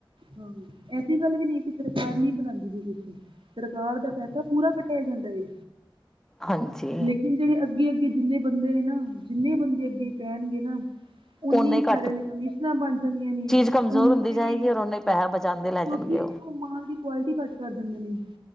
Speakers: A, on the right; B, in the centre.
A: ਹਾਂ ਐਸੀ ਗੱਲ ਵੀ ਨਹੀ, ਕਿ ਸਰਕਾਰ ਨਹੀਂ ਬਣਾਉਂਦੀ ਪਈ ਕੁਛ ਸਰਕਾਰ ਦਾ ਪੈਸਾ ਪੂਰਾ ਕਟਿਆ ਜਾਂਦਾ ਏ
B: ਹਾਂਜੀ
A: ਲੇਕਿਨ ਜਿਹੜੇ ਅੱਗੇ ਅੱਗੇ ਜਿੰਨੇ ਬੰਦੇ ਨੇ ਨਾ ਜਿੰਨੇ ਬੰਦੇ ਅੱਗੇ ਪੈਣਗੇ ਨਾ ਉੱਨੀ
B: ਓਨਾ ਹੀ
A: ਸਾਰਿਆ
B: ਘੱਟ
A: ਦੀ ਕਮਿਸ਼ਨਾਂ ਬਣ ਜਾਂਦੀਆਂ ਨੇ
B: ਚੀਜ਼ ਕਮਜ਼ੋਰ
A: ਉਨੀ
B: ਹੁੰਦੀ
A: ਜਿਹੜੀ
B: ਜਾਏਗੀ ਔਰ ਓਨਾ ਹੀ ਪੈਸਾ ਬਚਾਉਂਦੇ ਲੈ
A: ਕਿਉਕਿ
B: ਜਾਣਗੇ
A: ਉਹ ਮਾਲ ਦੀ ਕੁਆਲਿਟੀ ਘੱਟ ਕਰ ਦਿੰਦੇ ਨੇ।